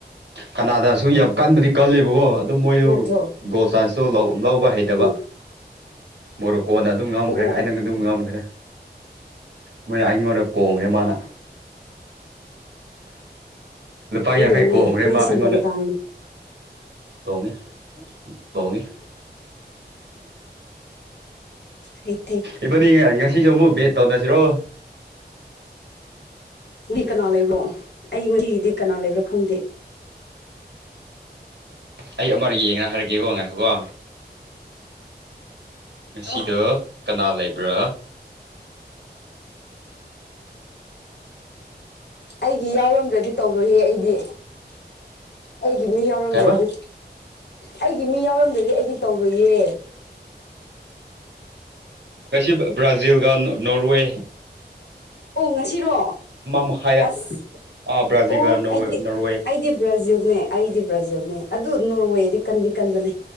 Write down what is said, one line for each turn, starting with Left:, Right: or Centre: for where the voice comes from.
Right: ꯀꯅꯥꯗꯥꯁꯨ ꯌꯥꯝ ꯀꯟꯕꯗꯤ ꯀꯜꯂꯦꯕꯀꯣ ꯑꯗꯨ ꯃꯣꯏꯗꯨ
Left: ꯅꯠꯇ꯭ꯔꯣ
Right: ꯒꯣꯜ ꯁꯥꯏ‌꯭ꯁꯇꯣ ꯂꯧ ꯂꯥꯎꯕ ꯍꯩꯇꯕ
Left: ꯎꯝ
Right: ꯃꯣꯔꯣꯀꯣꯅ ꯑꯗꯨꯝ ꯉꯝꯈ꯭ꯔꯦ
Left: ꯑꯣ ꯑꯣ
Right: ꯍꯥꯏꯅ
Left: ꯑꯣ
Right: ꯑꯗꯨꯝ ꯉꯝꯈ꯭ꯔꯦ ꯃꯣꯏꯅ ꯑꯩꯉꯣꯟꯗ ꯀꯣꯡꯉꯦ
Left: ꯎꯝ
Right: ꯃꯥꯅ ꯂꯨꯄꯥ
Left: ꯑꯩꯗꯣꯡꯉꯦ
Right: ꯌꯥꯡꯈꯩ ꯀꯣꯡꯈ꯭ꯔꯦ
Left: ꯅꯪ
Right: ꯃꯥ
Left: ꯁꯤꯟꯗꯣꯡ
Right: ꯑꯩꯉꯣꯟꯗ
Left: ꯇꯥꯍꯜꯂꯤ
Right: ꯇꯣꯡꯉꯦ ꯇꯣꯡꯉꯦ
Left: ꯍꯩ ꯍꯩ
Right: ꯏꯕꯥꯅꯤ ꯉꯁꯤꯁꯨ ꯑꯃꯨꯛ ꯕꯦꯠ ꯇꯧꯅꯁꯤꯔꯣ <inaudible>
Left: ꯃꯤ ꯀꯅꯥ ꯂꯩꯕ꯭ꯔꯣ ꯑꯩ ꯉꯁꯤꯒꯤꯗꯤ ꯀꯅꯥ ꯂꯩꯕ꯭ꯔꯣ ꯈꯪꯗꯦ
Right: ꯑꯩ ꯑꯃꯔꯛ ꯌꯦꯡꯉ ꯍꯥꯏꯔꯛꯀꯦꯀꯣ ꯉꯥꯏꯈꯣꯀꯣ ꯉꯁꯤꯗꯣ
Left: ꯑꯣ
Right: ꯀꯅꯥ ꯂꯩꯕ꯭ꯔꯥ
Left: ꯑꯩꯒꯤ ꯌꯥꯎꯔꯝꯗ꯭ꯔꯗꯤ ꯇꯧꯔꯣꯏꯍꯦ ꯑꯩꯗꯤ ꯑꯩꯒꯤ ꯃꯤ ꯌꯥꯎꯔꯝꯗ꯭ꯔꯗꯤ
Right: ꯀꯩꯕ
Left: ꯑꯩꯒꯤ ꯃꯤ ꯌꯥꯎꯔꯝꯗ꯭ꯔ ꯑꯩꯗꯤ ꯇꯧꯔꯣꯏꯌꯦ
Right: ꯀꯩꯁꯨ ꯕ꯭ꯔꯥꯖꯤꯜꯒ ꯅꯅꯣꯔꯋꯦ
Left: ꯑꯣ ꯉꯁꯤꯔꯣ
Right: ꯃꯈꯥꯏꯗ
Left: ꯑꯁ
Right: ꯑꯥ ꯕ꯭ꯔꯥꯖꯤꯜꯒ
Left: ꯑꯣ
Right: ꯅꯣꯔꯋꯦ
Left: ꯑꯩꯗꯤ
Right: ꯅꯣꯔꯋꯦ
Left: ꯑꯩꯗꯤ ꯕ꯭ꯔꯥꯖꯤꯜ ꯅꯦ ꯑꯩꯗꯤ ꯕ꯭ꯔꯥꯖꯤꯜꯅꯦ ꯑꯗꯨ ꯅꯣꯔꯋꯦꯗꯤ ꯀꯟꯗꯤ ꯀꯟꯕꯅꯦ